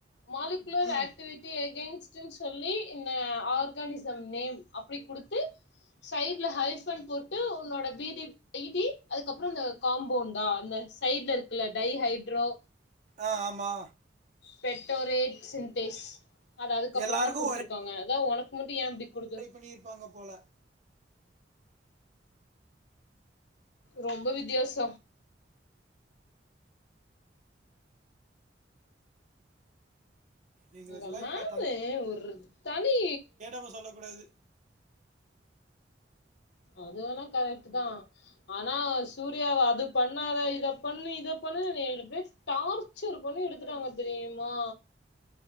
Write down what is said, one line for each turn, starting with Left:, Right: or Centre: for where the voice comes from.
Left: மாலிகுலர்
Right: ம்
Left: ஆக்டிவிட் டி அகைன்ஸ்ட்னு சொல்லி இந்த ஆர்கானிசம் நேம் அப்டி குடுத்து சைட்ல ஹைஃபண்ட் போட்டு உன்னோட பீடிப் ஃபிடி அதுக்கப்புறோ இந்த காம்பவுண்டா அந்த சைட்ல இருக்குல டை ஹைட்ரோ
Right: ஆ ஆமா
Left: பெட்டோரேட் சின்டேஸ் அது அதுக்கப்புறோந்தா
Right: எல்லாருக்கு
Left: குடுத்துருக்காங்க அதா உனக்கு மட்டு ஏ இப்டி குடுத்துரு
Right: பண்ணிருப்பாங்க போல
Left: ரொம்ப வித்தியாசம்
Right: எங்களுக்கெல்லா
Left: உங்க மேமு
Right: இவ்வளோ
Left: ஒரு தனி
Right: சும்மா சொல்லக்கூடாது
Left: அது வேணா கரெட்டு தா ஆனா சூர்யாவ அது பண்ணாத இத பண்ணு இத பண்ணு என்ன எப்டியே டார் சர் பண்ணி எடுத்துட்டாங்க தெரியுமா